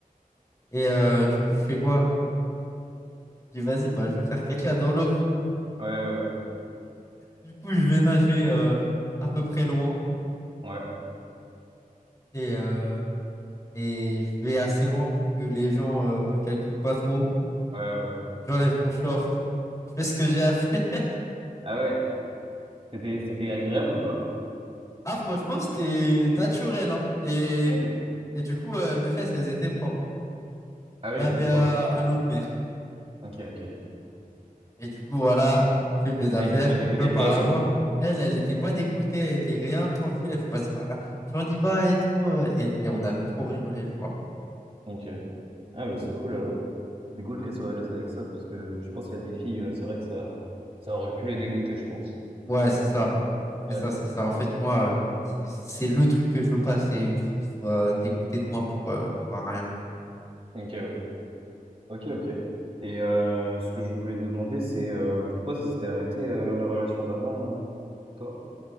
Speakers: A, on the left; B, on the right.
A: Et euh, du coup, je fais quoi? Je dis, vas-y, bah, je vais faire caca dans l'eau.
B: ouais, ouais,
A: Du coup, je vais nager euh, à peu près loin.
B: ouais,
A: Et, euh, et je vais assez loin pour que les gens euh, me calculent pas trop.
B: ouais, ouais. ouais.
A: J'enlève mon short, je fais ce que j'ai à faire. <laughs>
B: Ah ouais, c'était, c'était agréable ou pas?
A: Ah, franchement, c'était naturel, hein. Et,
B: Ok.
A: et du coup, euh, mes fesses, elles étaient propres, hein.
B: Ah oui,
A: Lavées
B: c'est propre
A: à, à l'eau de mer.
B: Ok, ok.
A: Et du coup, voilà, je fais mes affaires,
B: Elle était pas dégoûtée
A: je pars
B: de toi,
A: la
B: c'est
A: voir.
B: bon?
A: Elle, elle était pas dégoûtée, elle était rien, tranquille. Elle fait, vas-y, par là, on y va et tout. euh, Et,
B: Mm.
A: et on avait trop rigolé le jour-là.
B: Ok. Ah bah c'est cool alors. C'est cool qu'elle soit à l'aise avec ça, parce que je pense qu'il y a des filles, euh, c'est vrai que ça, ça aurait pu les dégoûter, je pense.
A: Ouais, c'est ça.
B: Ouais.
A: C'est ça, c'est ça. En fait, moi, euh, c'est c'est le truc que je veux pas. C'est une fille qui soit dégoûtée de moi pour, euh, pour un rien.
B: Ok, ouais. Ok, ok. Et euh, ce que je voulais demander, c'est euh, pourquoi ça s'était arrêté euh, la relation d'avant, euh, toi?